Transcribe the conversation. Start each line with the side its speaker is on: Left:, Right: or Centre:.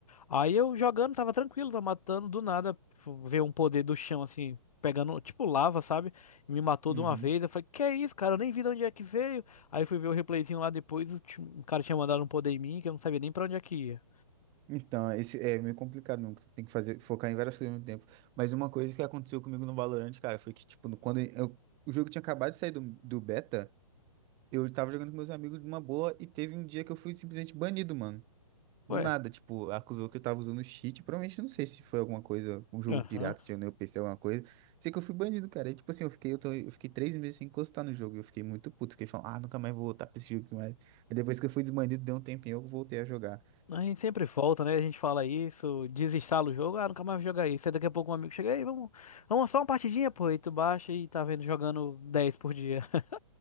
Left: Aí eu jogando, tava tranquilo, tava matando, do nada, tipo, veio um poder do chão, assim, pegando, tipo, lava, sabe? E me matou
Right: Uhum.
Left: de uma vez. Eu falei, que é isso, cara? Eu nem vi de onde é que veio. Aí fui ver o replayzinho lá depois, o ti- o cara tinha mandado um poder em mim que eu não sabia nem pra onde é que ia.
Right: Então, esse é meio complicado mesmo, porque tem que fazer, focar em várias coisas ao mesmo tempo. Mas uma coisa que aconteceu comigo no Valorant, cara, foi que, tipo, no- quando eu- o jogo tinha acabado de sair do, do beta, eu tava jogando com meus amigos de uma boa e teve um dia que eu fui simplesmente banido, mano. Do
Left: Ué.
Right: nada, tipo, acusou que eu tava usando cheat. Provavelmente, não sei se foi alguma coisa, um jogo
Left: Aham.
Right: pirata, tinha no meu PC, alguma coisa. Sei que eu fui banido, cara. E, tipo assim, eu fiquei, eu tô- eu fiquei três meses sem encostar no jogo. Eu fiquei muito puto, fiquei falando, ah, nunca mais vou voltar pra esse jogo. e tudo mais. E depois que eu fui desbanido, deu um tempinho, eu voltei a jogar.
Left: A gente sempre volta, né? A gente fala isso, desinstala o jogo, ah, nunca mais vou jogar isso. Aí daqui a pouco um amigo chega aí, vamos, vamos só uma partidinha, pô. E tu baixa e tá vendo jogando 10 por dia. <laughs>